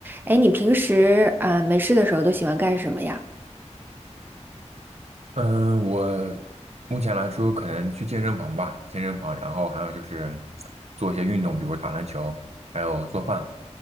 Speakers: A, on the right (about 15°); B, on the right (about 65°).
A: 哎，你平时啊、呃没事的时候都喜欢干什么呀？
B: 嗯，我目前来说可能去健身房吧，健身房，然后还有就是做一些运动，比如打篮球，还有做饭。